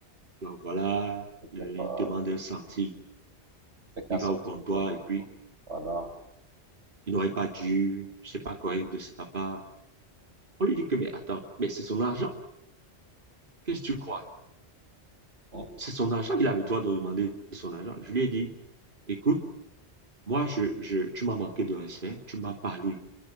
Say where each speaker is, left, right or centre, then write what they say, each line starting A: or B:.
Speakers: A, on the right; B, on the right.
A: alors voilà,
B: C'était
A: il, il
B: pas,
A: demande un centime,
B: c'est 15
A: il va
B: centimes
A: au comptoir
B: d'euros.
A: et puis
B: Voilà.
A: il n'aurait pas dû, c'est pas correct de sa part. On lui dit que, mais attends, mais c'est son argent. Qu'est-ce que tu crois?
B: Mm.
A: C'est son argent, il a le droit de demander son argent. Je lui ai dit, écoute, moi, je, je tu m'as manqué de respect, tu m'as parlé.